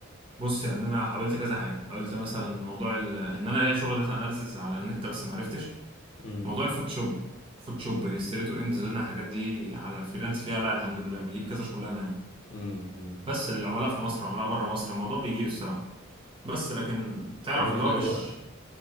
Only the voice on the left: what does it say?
امم
امم امم
طب ايه اللي
خلاك
توقف